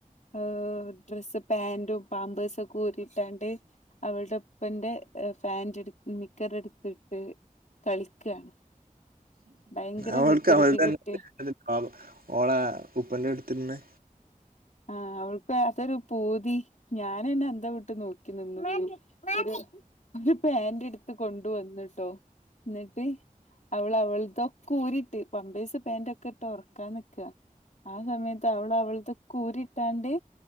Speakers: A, on the left; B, on the right.
A: ഹാ ഡ്രസ്സ് പാന്റും പാമ്പേഴ്സൊക്കെഊരിട്ടാണ്ട് അവൾടെ ഉപ്പന്റെ എ ഫാന്റെട്ത് നിക്കറെടുത്തിട്ട് കളിക്കാണ് ഭയങ്കര
B: അവൾക്ക്
A: വികൃതി
B: അവൾടെ തന്നെ'
A: കുട്ടിയ
B: <inaudible> ' ഓളെ ഉപ്പുപ്പന്റെടുത്തിന്ന്
A: ആഹ്, അവൾക്ക് അതൊരു പൂതി. ഞാനെന്നെ അന്തം വിട്ട് നോക്കി നിന്നു. ഒര് ഒരു പാന്റ്ട്ത്ത് കൊണ്ടു വന്ന്ട്ടോ, ന്ന്ട്ട് അവള് അവൾതൊക്കൂരിട്ട്. പമ്പേഴ്സ് പാന്റൊക്കെട്ട് ഒറക്കാൻനിക്കാ. ആ സമയത്ത് അവൾ, അവൾതൊക്കെ ഊരിട്ടാണ്ട്,